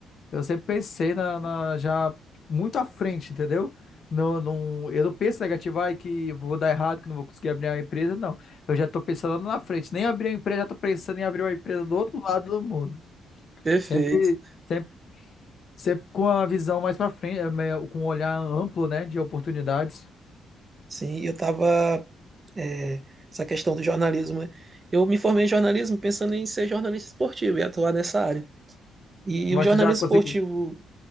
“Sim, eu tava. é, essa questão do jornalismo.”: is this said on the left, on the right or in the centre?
Right